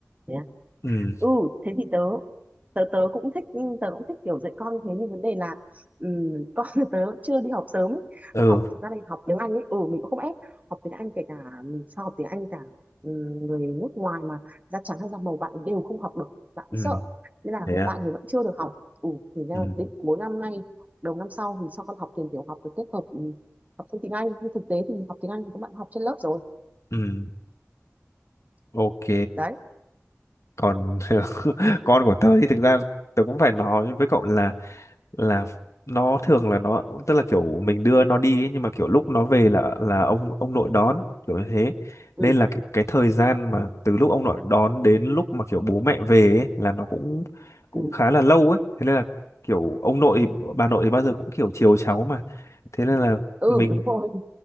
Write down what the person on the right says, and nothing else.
Thế à?
ừ thế thì tớ tớ tớ cũng thích tớ cũng thích kiểu dạy con như thế nhưng vấn đề là ừm, con <laughs> tớ chưa đi học sớm ấy.
học thực ra là học tiếng Anh ấy ừ mình cũng không ép học tiếng Anh kể cả mình cho học tiếng Anh cả ừm, người nước ngoài mà da trắng hay da màu bạn đều không học được bạn
ấy sợ nên là
hiện
tại thì vẫn chưa được học ừ thì đang
định cuối năm nay đầu năm sau thì cho con học tiền tiểu học được kết hợp ừm, học thêm tiếng Anh nhưng thực tế thì học tiếng Anh thì các bạn học trên lớp rồi
đấy
ừ
ừ,
ừ
đúng rồi